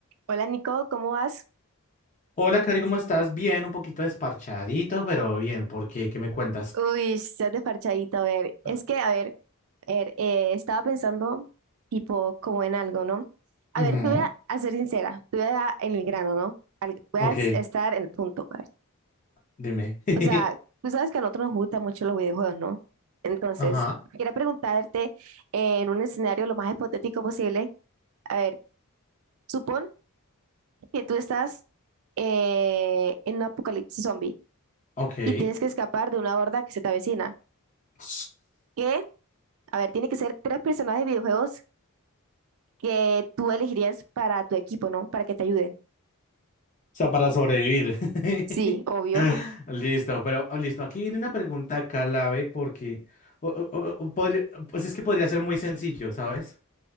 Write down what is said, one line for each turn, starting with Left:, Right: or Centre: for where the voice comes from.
Right: Hola Nico, ¿cómo vas?
Left: Hola, Cari, ¿cómo estás? Bien, un poquito desparchadito, pero bien, ¿por qué? ¿Qué me cuentas?
Right: Uy, estás de parchadito, a ver, es
Left: Ah,
Right: que, a ver, a ver, eh, estaba pensando tipo como en algo, ¿no? A
Left: ujú,
Right: ver, te voy a, a ser sincera, te voy a dar en el grano, ¿no? Al- voy
Left: Ok,
Right: a es- estar en el punto, a ver.
Left: dime. <laughs>
Right: O sea, tú sabes que a nosotros nos gustan mucho los videojuegos, ¿no? Entonces,
Left: Ajá,
Right: quería preguntarte eh, en un escenario lo más hipotético posible, a ver, supón que tú estás eh, en un apocalipsis zombie
Left: ok.
Right: y tienes que escapar de una horda que se te avecina.
Left: O
Right: ¿Qué? A ver, tiene que ser tres personajes de videojuegos que tú elegirías para tu equipo, ¿no? Para que te ayuden.
Left: sea, para sobrevivir. <laughs>
Right: Sí, obvio,
Left: Listo, pero ah, listo, aquí viene una pregunta clave porque o- o- o- o podría- pues es que podría ser muy sencillo, ¿sabes?